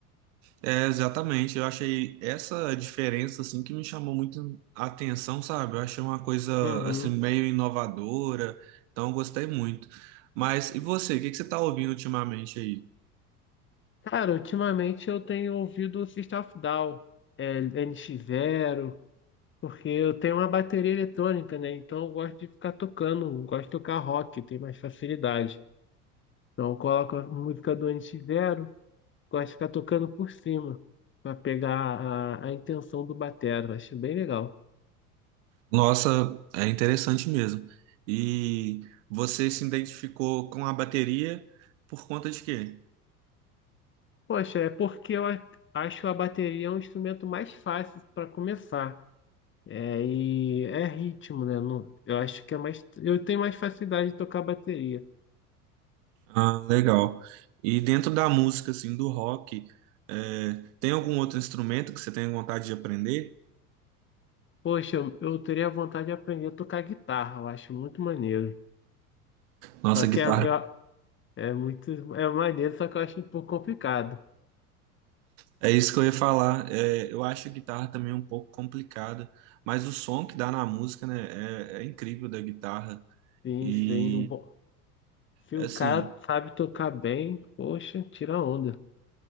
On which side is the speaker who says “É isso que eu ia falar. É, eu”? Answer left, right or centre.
Right